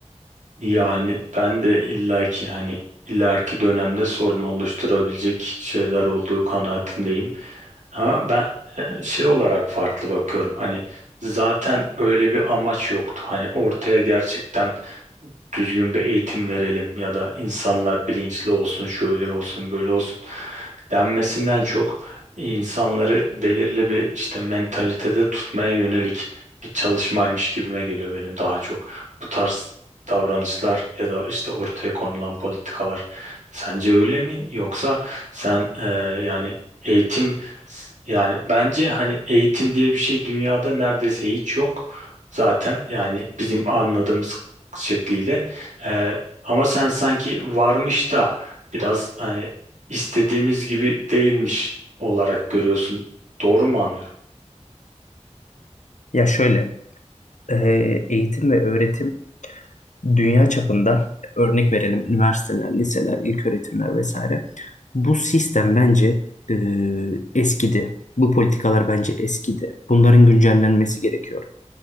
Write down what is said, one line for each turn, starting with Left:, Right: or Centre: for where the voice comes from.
Right: Yani ben de illaki hani ileriki dönemde sorun oluşturabilecek şeyler olduğu kanaatindeyim. Ama ben e, şey olarak farklı bakıyorum. Hani zaten öyle bir amaç yoktu. Hani ortaya gerçekten düzgün bir eğitim verelim ya da insanlar bilinçli olsun, şöyle olsun, böyle olsun denmesinden çok insanları belirli bir işte mentalitede tutmaya yönelik bir çalışmaymış gibime geliyor benim daha çok. Bu tarz davranışlar ya da işte ortaya konulan politikalar sence öyle mi? Yoksa sen e, yani eğitim yani bence hani eğitim diye bir şey dünyada neredeyse hiç yok zaten yani bizim anladığımız şekliyle. Ee, ama sen sanki varmış da biraz hani istediğimiz gibi değilmiş olarak görüyorsun. Doğru mu anlıyorum?
Left: Ya şöyle, e, eğitim ve öğretim dünya çapında örnek verelim üniversiteler, liseler, ilköğretimler vesaire. Bu sistem bence e, eskidi. Bu politikalar bence eskidi. Bunların güncellenmesi gerekiyor.